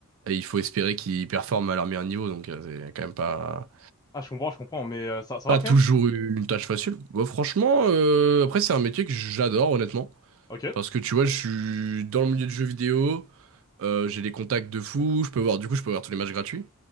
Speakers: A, on the right (about 65°); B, on the left (about 15°).
A: Et il faut espérer qu'ils performent à leur meilleur niveau. Donc, euh, c'est quand même pas,
B: Ah, je comprends, je comprends, mais euh, ça, ça
A: pas
B: va quand
A: toujours
B: même.
A: une tâche facile. Bah, franchement, euh, après, c'est un métier que j'adore, honnêtement.
B: Ok.
A: Parce que tu vois, je suis dans le milieu du jeu vidéo, euh, j'ai des contacts de fou, je peux voir, du coup, je peux voir tous les matchs gratuits.